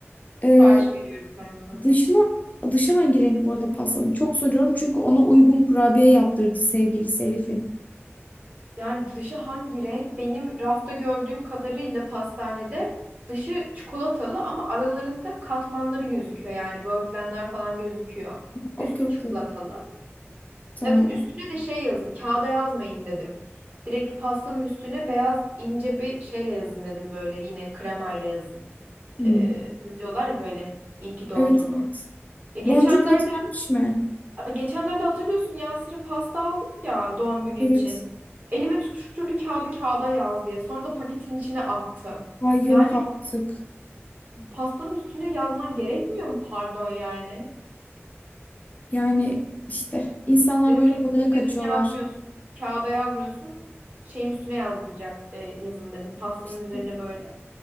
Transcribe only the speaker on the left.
Ee,
dışına dışı hangi renk bu arada pastanın? Çok soruyorum çünkü ona uygun kurabiye yaptırdı sevgilisi Elif'in.
Okey
okey.
Tamam.
Hmm.
Evet evet.
Boncuk da atıvermiş mi?
Evet.
Ay yok
artık.
Yani işte insanlar
böyle
kolaya kaçıyorlar.
İşte